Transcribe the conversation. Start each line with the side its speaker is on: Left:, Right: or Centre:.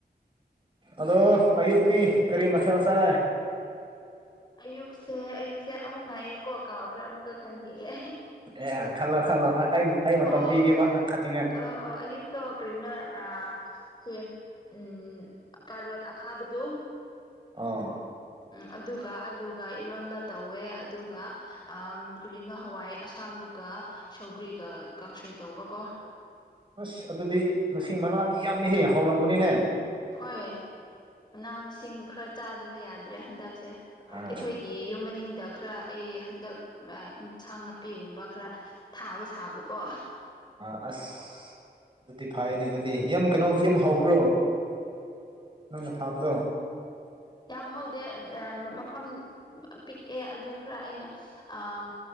Right: ꯑꯗꯣ ꯑꯌꯨꯛꯗꯤ ꯀꯔꯤ ꯃꯊꯦꯜ ꯆꯥꯔꯦ
Left: ꯑꯌꯨꯛꯁꯦ ꯑꯌꯨꯛꯁꯦ ꯑꯃꯨꯛꯅ ꯑꯌꯨꯛ ꯀꯣ ꯀꯥꯎꯈ꯭ꯔꯦ ꯑꯃꯨꯛꯀ ꯈꯟꯈꯤꯒꯦ
Right: ꯑꯦ ꯈꯜꯂꯣ ꯈꯜꯂꯣ ꯑꯩ ꯑꯩ ꯃꯇꯝ
Left: ꯑꯣ
Right: ꯄꯤꯒꯦꯕ ꯅꯪ ꯈꯟꯅꯤꯡꯉꯥꯏ
Left: ꯑꯣ ꯑꯣ ꯑꯌꯨꯛ ꯇꯣ ꯀꯔꯤꯅꯣ ꯑ ꯁꯦ ꯎꯝ ꯀꯥꯔꯣꯠ ꯑꯈꯥꯕꯗꯣ
Right: ꯑꯥ
Left: ꯎꯝ ꯑꯗꯨꯒ ꯑꯂꯨꯒ ꯏꯔꯣꯟꯕ ꯇꯧꯋꯦ ꯑꯗꯨꯒ ꯑ ꯀꯔꯤꯅꯣ ꯍꯋꯥꯏ ꯑꯁꯥꯡꯕꯒ ꯁꯧꯒ꯭ꯔꯤꯒ ꯀꯥꯡꯁꯣꯏ ꯇꯧꯕꯀꯣ
Right: ꯑꯁ ꯑꯗꯨꯗꯤ ꯃꯁꯤꯡ ꯃꯅꯥꯗꯤ ꯌꯥꯝꯃꯤꯍꯦ ꯍꯥꯎꯔꯝꯒꯅꯤꯅꯦ
Left: ꯍꯣꯏ ꯃꯅꯥ ꯃꯁꯤꯡ ꯈꯔ ꯆꯥꯗꯕ ꯌꯥꯗ꯭ꯔꯦ ꯍꯟꯗꯛ ꯁꯦ
Right: ꯑꯥ
Left: ꯑꯈꯣꯏꯒꯤ ꯌꯨꯝ ꯃꯅꯤꯡꯗ ꯈꯔ ꯑꯩ ꯍꯟꯗꯛ ꯑ ꯏꯟꯁꯥꯡ ꯅꯥꯄꯤꯒꯨꯝꯕ ꯈꯔ ꯊꯥꯕ ꯁꯥꯕꯀꯣ
Right: ꯑꯥ ꯑꯁ ꯑꯗꯨꯗꯤ ꯐꯥꯏꯅꯦ ꯑꯗꯨꯗꯤ ꯌꯥꯝ ꯀꯩꯅꯣ ꯌꯝ ꯍꯧꯕ꯭ꯔꯣ? ꯅꯪꯅ ꯊꯥꯕꯗꯣ
Left: ꯌꯥꯝ ꯍꯧꯗꯦ ꯑ ꯃꯐꯝ ꯄꯤꯛꯑꯦ ꯑꯗꯨ ꯈꯔ ꯑꯩꯅ ꯑꯝ